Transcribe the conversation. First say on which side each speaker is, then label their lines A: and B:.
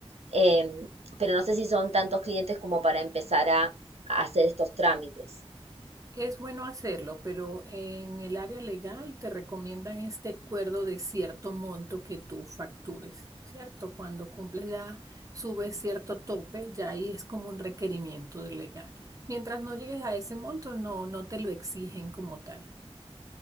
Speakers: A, on the right (about 80°); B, on the right (about 30°).
A: em, pero no sé si son tantos clientes como para empezar a a hacer estos trámites.
B: Es bueno hacerlo, pero en el área legal te recomiendan este acuerdo de cierto monto que tú factures, ¿cierto? Cuando cumples ya, subes cierto tope, ya ahí es como un requerimiento del legal. Mientras no llegues a ese monto, no, no te lo exigen como tal.